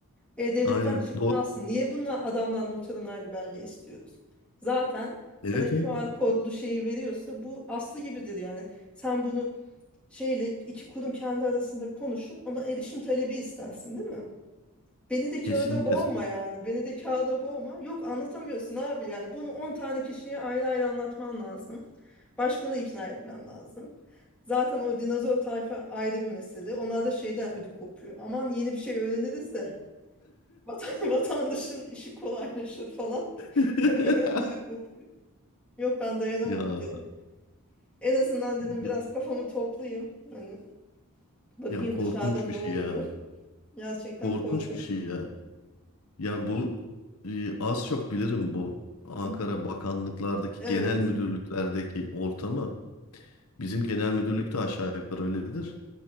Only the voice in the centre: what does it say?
E-Devlet'ten
çıktı
aslında. Niye bundan adamdan noter onaylı belge istiyoruz? Zaten sana
QR
kodlu şeyi veriyorsa bu aslı gibidir yani. Sen bunu şeyle iki kurum kendi arasında konuşup ona erişim talebi istersin değil mi? Beni de kağıda
boğma yani. Beni de kağıda boğma. Yok anlatamıyorsun abi yani. Bunu 10 tane kişiye ayrı ayrı anlatman lazım. Başkanı ikna etmen lazım. Zaten o dinozor tayfa ayrı bir mesele. Onlar da şeyden ödü kopuyor. Aman yeni bir şey öğreniriz de vatan- <laughs> vatandaşın işi kolaylaşır falan.
<laughs> Ödleri kopuyor. Yok ben dayanamadım
dedim. ki, En azından dedim
biraz kafamı toplayayım. Hani bakayım
dışarıda ne
oluyor.
Gerçekten
korkunç.
<laughs>
Evet.